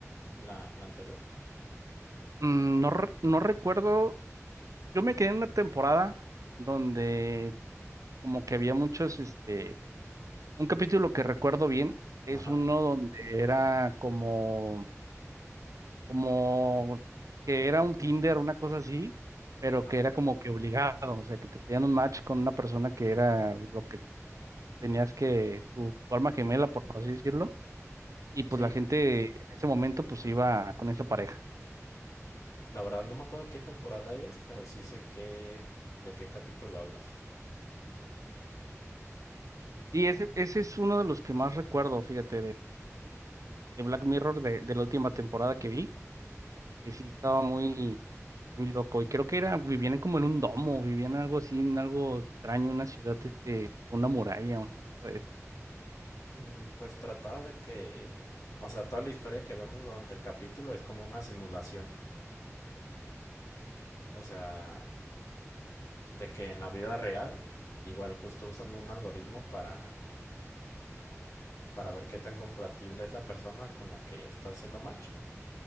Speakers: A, on the left; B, on the right.
A: ¿La, la anterior?
B: Mm, no, re- no recuerdo, yo me quedé en una temporada donde como que había muchos, este, un capítulo que recuerdo bien, es
A: Ajá.
B: uno donde era como como que era un Tinder, una cosa así, pero
A: Ah,
B: que era como que obligado, o sea, que te pedían un match con una persona que era lo que tenías que, tu, tu alma gemela, por así decirlo, y pues
A: sí.
B: la gente en ese momento pues iba con esa pareja.
A: La verdad no me acuerdo de qué temporada es, pero sí sé qué, de qué capítulo hablas.
B: Y ese, ese es uno de los que más recuerdo, fíjate, de, de Black Mirror, de, de la última temporada que vi, que sí estaba muy, muy loco, y creo que era, vivían como en un domo, vivían algo así, en algo extraño, una ciudad, este, con una muralla, una cosa de esas.
A: Mm, pues trataba de que... O sea, toda la historia que vemos durante el capítulo es como una simulación. O sea, de que en la vida real, igual justo usan un algoritmo para, para ver qué tan compatible es la persona con la que está haciendo match.